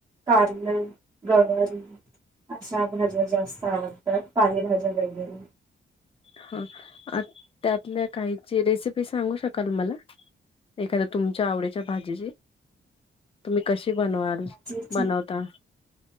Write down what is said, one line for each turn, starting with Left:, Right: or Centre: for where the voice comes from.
Right: कारल, गवारी. अशा भाज्या जास्त आवडतात पालेभज्या वगैरे.
Left: हा अ त्यातल्या काहीची रेसिपी सांगू शकाल मला? एखाद्या तुमच्या आवडीच्या भाजीची, तुम्ही कशी बनवाल,
Right: गाजरची
Left: बनवता.